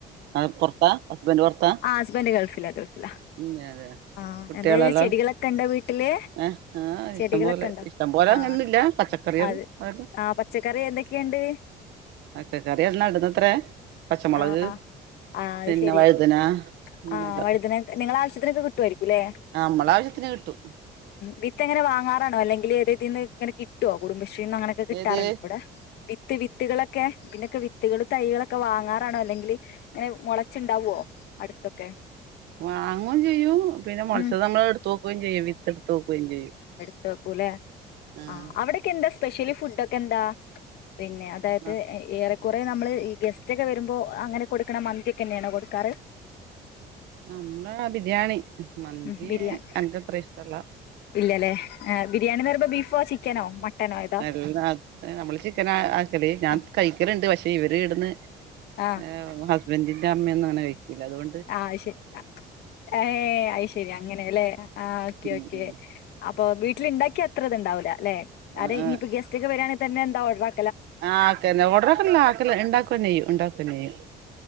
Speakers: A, on the right; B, on the left.
A: ആ പോറത്താ ഹസ്ബന്റ് പോറത്താ
B: ആ ഹസ്ബൻഡ് ഗൾഫിലാ ഗൾഫിലാ
A: ഉം അതെ
B: ആ
A: കു
B: എന്തായാലും
A: കുട്ടികളല്ലോ
B: ചെടികളൊക്കെ ഇണ്ടോ വീട്ടില്
A: ഏ ആ
B: ചെടികളൊക്കെ
A: ഇഷ്ടം പോലെ
B: ഇണ്ടോ
A: ഇഷ്ടം പോലെ
B: ആ
A: അങ്ങനേന്നും ല്ല പച്ചക്കറികള്
B: അത്
A: അതല്ല
B: ആ പച്ചക്കറി എന്തൊക്കെയുണ്ട്
A: പച്ചക്കറി എ നടുന്നത്രേ പച്ചമുളക്
B: ആ ആ അത്
A: പിന്നെ
B: ശരി
A: വഴുതന അങ്ങനെല്ലാം
B: ആഹ് വഴുതന നിങ്ങളെ ആവശ്യത്തിനൊക്കെ കിട്ടുയിരിക്കുംല്ലേ
A: നമ്മളെ ആവശ്യത്തിന് കിട്ടും
B: വിത്ത് എങ്ങനെ വാങ്ങാറാണോ അല്ലെങ്കില് എതേമ് ഇതിന് ഇങ്ങനേ കിട്ടോ കുടുംബ ക്ഷീന്ന് അങ്ങനൊക്കെ കിട്ടാറുണ്ടോ
A: ഏത്
B: അവിടെ വിത്ത് വിത്കളൊക്കെ ഇതിന്റെക്കെ വിത്കള് തൈകളൊക്കെ വാങ്ങാറു ണോ അല്ലെങ്കില് ഇങ്ങനെ മുളച്ച്ണ്ടാവോ അടുത്തൊക്കെ
A: വാങ്ങും ചെയ്യും പിന്നെ മോളച്ചത്
B: ഉം
A: നമ്മള് ഇടുതോക്കും ചെയും ഇട്തോക്കും ചെയ്യും
B: ത്തക്കുലെ
A: ആഹ്
B: ആ അവിടക്കെ എന്താ സ്പെഷ്യലി ഫുഡ ഒക്കെ എന്താ പിന്നെ അതായത്
A: ആഹ്
B: ഏറെ കുറെേ നമ്മള് ഈ ഗെസ്റ്റ് ഒക്കെ വരുമ്പോ അങ്ങനെ കൊടുക്കണ മന്തി ഒക്കെ തന്നെയാണ് കൊടുക്കാറ്
A: ന നമ്മളാ ബിരിയാണി മന്തി
B: ഉം ബിരിയാണി
A: അനക്ക്ത്രഷ്ടല്ല
B: ഇല്ലല്ലേ ബിരിയാണിന്ന് പറയുമ്പോ ബീഫോ ചിക്കനോ മട്ടനോ ഏതാ
A: നല്ല നമ്മള് ചിക്കൻ ആക്കല് ഞാൻ
B: ആഹ്
A: കഴിക്കലുണ്ട് പക്ഷ ഇവര് ഇടന്ന്
B: ആഹ്
A: ആ ഹസ് രജിന്റെ അമ്മയൊന്നും അങ്ങനെ കഴിക്കുലഅതുകൊണ്ട്
B: ആഹ ശരി ഏ അ ശരി അങ്ങനെല്ലേ ആ് ഓക്കെ
A: ഉം
B: ഓക്കെ
A: ഉം
B: അപ്പൊ വീട്ട ഉണ്ടാക്കി അത്ര ഇത് ഉണ്ടാവൂല അല്ലെ അതെ
A: ആഹ് ആഹ്
B: ഇനിയിപ്പൊ ഗസ്റ്റ് ഒക്കെ വരാണ് യെന്നും എന്ത ഓർഡാ
A: ആക്കന്നെ ഓടറക്കെ ആക്കല ഉണ്ടാക്കെചെയ്യും ഉണ്ടാക്കൻ ചെയ്യും